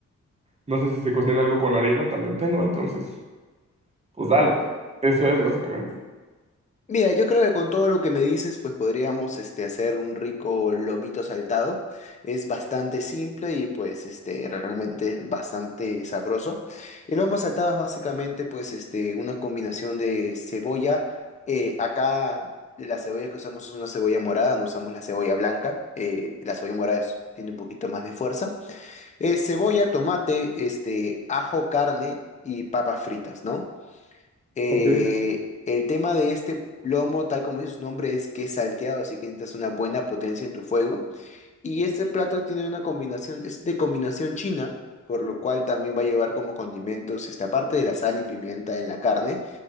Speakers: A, on the right (about 20°); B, on the left (about 25°).
A: no sé si se cocina algo con harina, también tengo. Entonces, pues dale. Eso es básicamente.
B: Mira, yo creo que con todo lo que me dices, pues podríamos este, hacer un rico lomito saltado. Es bastante simple y pues este, realmente es bastante sabroso. El lomo saltado es básicamente pues este, una combinación de cebolla. eh, acá la cebolla que usamos es una cebolla morada, no usamos la cebolla blanca. eh, la cebolla morada es- tiene un poquito más de fuerza. Eh, cebolla, tomate, este, ajo, carne y papas fritas, ¿no? Eh,
A: Ok.
B: el tema de este plomo, tal como dice su nombre, es que es salteado, así que necesitas una buena potencia en tu fuego. Y este plato tiene una combinación, es de combinación china, por lo cual también va a llevar como condimentos, esta parte de la sal y pimienta en la carne,